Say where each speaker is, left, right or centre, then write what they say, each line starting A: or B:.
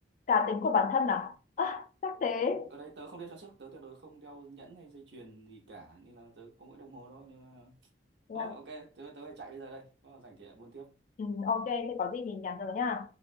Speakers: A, on the left (about 45°); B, on the right (about 75°).
A: cá tính của bản thân à, à chắc thế
B: Ở đây tớ không đeo trang sức, tớ tuyệt đối không đeo nhẫn hay dây chuyền gì cả, nên là tớ có mỗi đồng hồ thôi, nên là
A: Thế
B: thôi
A: là,
B: ok, tớ tớ phải chạy bây giờ đây, có là rảnh thì lại buôn tiếp.
A: ừ, ok thế có gì thì nhắn rồi nha